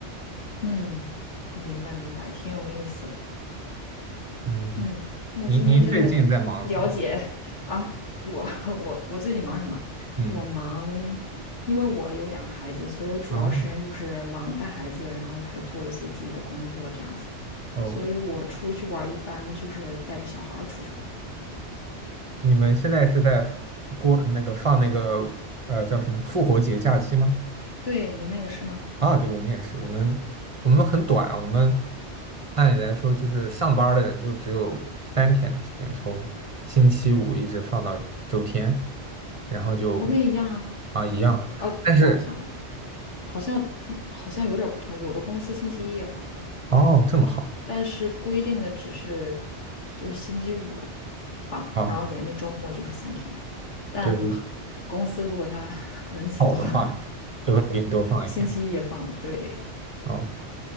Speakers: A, on the left (about 85°); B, on the right (about 30°).
A: 嗯，明白明白，挺有意思。
B: 嗯，
A: 嗯，那今天真的了解啊，
B: 您您最近在忙什么呀
A: 我 <laughs> 我我最近忙什么？
B: 嗯，
A: 我忙，因为我有两个孩子，所以我主要时间就是忙带孩子，
B: 好
A: 然后还做一些自己的工作这样子。
B: 哦，
A: 所以我出去玩儿一般就是带着小孩儿出去玩儿。
B: 你们现在是在过那个放那个呃叫什么复活节假期吗？
A: 对，你们也是吗？
B: 啊，对，我们也是，我们我们很短，我们按理来说就是上班儿的人就只有三天的时间，从星期五一直放到周天，然后就
A: 我们也一样啊。
B: 啊一样，
A: 哦，
B: 但是
A: 让我想想，好像好像有点儿不同。有的公司星期一也放。
B: 哦这么好
A: 但是规定的只是就是星期五放，
B: 啊，
A: 然后连着周末就是三天。但
B: 对，我
A: 公司如果他 <laughs> 仁慈的话，
B: 好的话就会给你多放一天
A: 星期一也放。对，
B: 哦。